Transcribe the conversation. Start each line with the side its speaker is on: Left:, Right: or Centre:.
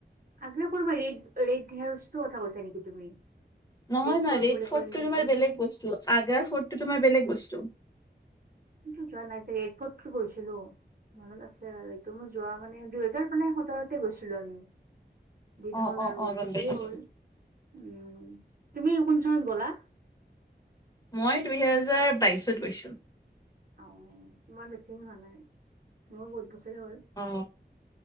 Right: আগ্ৰা ৰ্ফট মানে ৰেড-ৰেড হাউচটো কথা কৈছা নেকি তুমি?
Left: নহয় নহয়,
Right: ফৰ্ট
Left: ৰেড
Right: বুলি
Left: ফৰ্টো
Right: কয় নেকি
Left: তোমাৰ বেলেগ বস্তু আগা ফৰ্টো তোমাৰ বেলেগ বস্তু।
Right: সিটোত যোৱা নাই চাগে, ৰেড ফৰ্ট গৈছিলো। মনত আছে বাৰু এইটো, মোৰ যোৱা মানে দুহেজাৰ মানে সোতৰতে গৈছিলো আমি। দিন
Left: অ',
Right: হ'ল
Left: অ',
Right: আৰু বহুত
Left: অ', গম
Right: বছৰে
Left: পাইছো।
Right: হ'ল, উম। তুমি কোন চনত গলা?
Left: মই দুইহাজাৰ বাইশত গৈছো।
Right: অ', ইমান বেছি দিন হোৱা নাই, মোৰ বহুত বছৰে হ'ল।
Left: অ